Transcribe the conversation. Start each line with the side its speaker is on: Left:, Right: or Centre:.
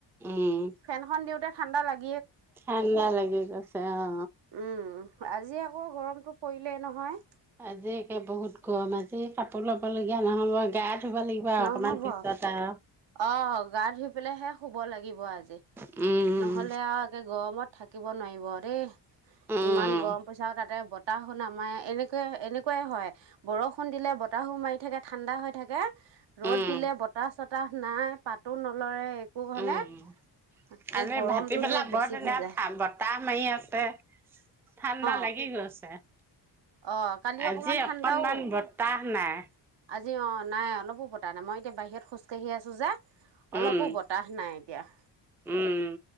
Centre: উম।
Right: ফেনখন দিওঁতে ঠাণ্ডা লাগে।
Centre: ঠাণ্ডা লাগি গৈছে। অ
Right: উম। আজি আকৌ গৰমটো পৰিলেই নহয়
Centre: আজি একে বহুত গৰম আজি, কাপোৰ ল'ব ল'ব লগিয়া নহয় বাৰু, গা ধুব লাগি ক
Right: নহ'ব
Centre: অকমান পিছত আহ
Right: অ' গা ধুই পেলাইহে শুব লাগিব আজি।
Centre: উম,
Right: নহলে আৰু একে গৰমত থাকি আকিব নোৱাৰিব দে'
Centre: উম,
Right: ইমান গৰম পৰিছে আৰু তাতে বতা বতাহাহুণ আমাৰ এনেকুৱা এনেকুৱাই হয় বৰষুণ দিলে বতাহো মাৰি থাকে ঠাণ্ডা হৈ থাকে ৰ'দ
Centre: উম,
Right: দিলে বতাহ চত তাহ নাই পাতো নলৰে মানে
Centre: উম,
Right: একে
Centre: আজি
Right: গৰমটোহে
Centre: ভাটিবেলা
Right: বেছি
Centre: বৰ ধুনীয়া
Right: হৈ যায়
Centre: আ বতাহ মাৰি আছে৷ ঠাণ্ডা
Right: অ
Centre: লাগি গৈছে৷
Right: অ কালি
Centre: আজি
Right: অকমান ঠাণ্ডাও
Centre: অকণমান বতাহ নাই৷
Right: আজি অ নাই অলপো ব <unintelligible> মই এতিয়া বাহিৰত খোজকাঢ়ি আছ যে অলপো
Centre: উম,
Right: বতাহ নাই এতিয়া৷
Centre: উম,